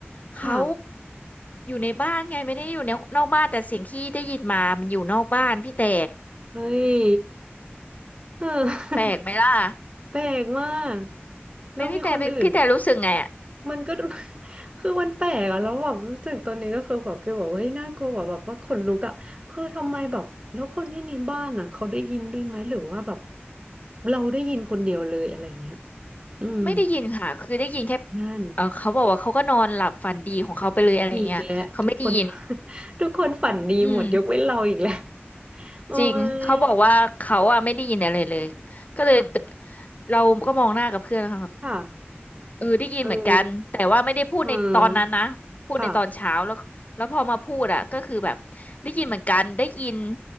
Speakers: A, on the left (about 40°); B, on the right (about 30°).
A: เขา
B: ค่ะ
A: อยู่ในบ้านไงไม่ได้อยู่ในนอกบ้านแต่เสียงที่ได้ยินมามันอยู่นอกบ้านพี่แต่
B: เฮ้ยเออ <laughs>
A: แปลกไหมล่ะ
B: แปลกมากแล้วมีคนอื่น
A: เป็นพี่แต่เป็นพี่แต่รู้สึกไงอะ
B: มันก็ <laughs> คือมันแปลกอะแล้วแบบรู้สึกตอนนี้ก็คือแบบไปบอกว่าเฮ้ยน่ากลัวแบบแบบว่าขนลุกอะคือทำไมแบบแล้วคนที่ในบ้านอะเขาได้ยินด้วยไหมหรือว่าแบบเราได้ยินคนเดียวเลยอะไรอย่างเงี้ยอืม
A: ไม่ได้ยินค่ะ คือได้ยินแค่
B: นั่น
A: เออเขาบอกว่าเขาก็นอนหลับฝันดีของเขาไปเลยอะไรเงี้ยเขาไม่ได้ยิน
B: อีกแล้วทุกคน <laughs> ทุกคนฝันดีหมดยกเว้นเราอีกแล้ว
A: อืม
B: โอ้
A: จริงเขาบอกว่าเขาอะไม่ได้ยินอะไรเลย
B: ย
A: ก็เลยตื่น
B: ค่ะ
A: เราก็มองหน้ากับเพื่อนนะคะ
B: ค่ะ
A: เออได้ยินเหมือนกันแต่ว่าไม่ได้พูดในตอนนั้นนะพูดในตอนเช้าแล้วแล้วพอมาพูดอ่ะก็คือแบบได้ยินเหมือนกันได้ยิน
B: เอออืมค่ะ